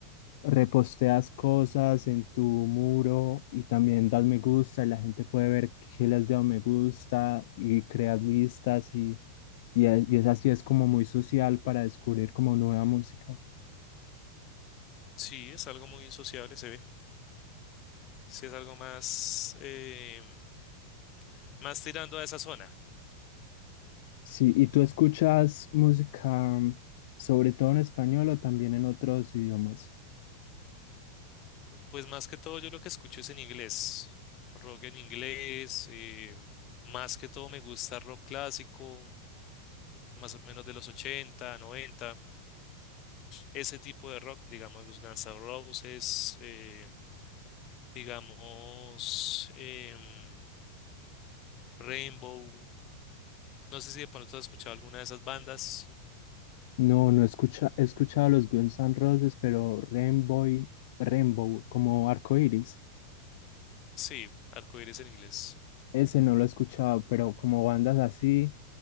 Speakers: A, on the left (about 50°); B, on the left (about 35°).
A: reposteas cosas en tu muro y también das me gusta y la gente puede ver qué le has dado me gusta y creas listas y Y es, y es así, es como muy social para descubrir como nueva música.
B: Sí, es algo muy sociable, se ve. Sí, es algo más, em, más tirando a esa zona.
A: Sí, ¿y tú escuchas música mm, sobre todo en español o también en otros idiomas?
B: Pues más que todo yo lo que escucho es en inglés, rock en inglés, em, más que todo me gusta rock clásico, más o menos de los 80, 90. ese tipo de rock, digamos los Guns N' Roses, em, digamos em, Rainbow, no sé si de pronto has escuchado alguna de esas bandas,
A: No, no escucha, he escuchado los Guns N' Roses, pero Rainbow, Rainbow, como Arcoiris,
B: sí, Arcoíris en inglés.
A: ese no lo he escuchado, pero como bandas así,